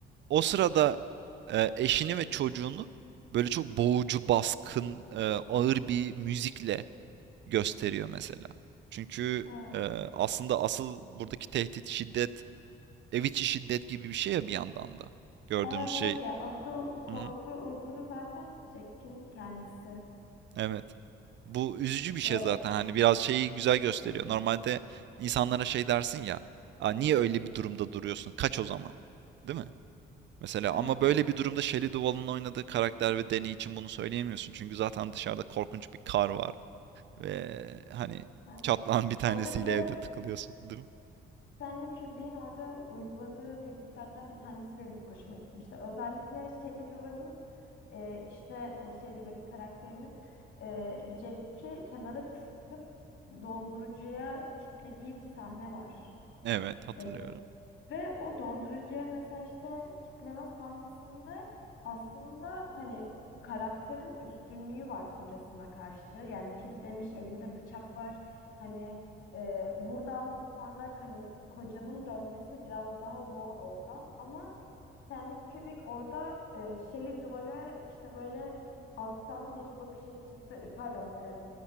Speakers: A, on the right (about 65°); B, on the left (about 75°).
A: o sırada e, eşini ve çocuğunu böyle çok boğucu, baskın, e, ağır bir müzikle gösteriyor mesela. Çünkü
B: Evet.
A: e, aslında asıl buradaki tehdit şiddet ev içi şiddet gibi bir şey ya bir yandan da. Gördüğümüz
B: Evet
A: şey.
B: evet ya asıl korku
A: Hı hı,
B: unsuru zaten Jack'in kendisi.
A: evet. Bu üzücü bir şey
B: Ya,
A: zaten. Hani biraz şeyi güzel gösteriyor.
B: evet,
A: Normalde insanlara şey dersin ya. Aa, niye öyle bir durumda duruyorsun? Kaç o zaman. Değil mi? Mesela
B: evet.
A: ama böyle bir durumda Shelley Duvall'ın oynadığı karakter ve Dany için bunu söyleyemiyorsun. Çünkü zaten dışarıda korkunç bir kar var. Ve hani
B: evet.
A: çatlağın bir tanesiyle
B: Orada bir de
A: evde tıkılıyorsun, değil mi?
B: Stanley Kubrick'in orada uyguladığı tekniklerden bir tanesi benim çok hoşuma gitmişti. Özellikle şeyli duvarın e, işte hani şey duvarın karakterinin e, Jack'i kenara kıstırıp dondurucuya kilitlediği bir sahne var.
A: Evet, hatırlıyorum.
B: E, Ve o dondurucuya mesela işte kitleme sahnesinde aslında hani karakterin üstünlüğü var kocasına karşı. Yani kitlemiş elinde bıçak var. Hani e, buradan sonra hani kocanın dönmesi biraz daha zor oradan. Ama Stanley Kubrick orada e, Shelley Duvall'e işte böyle alttan bir bakış açısı e, pardon e,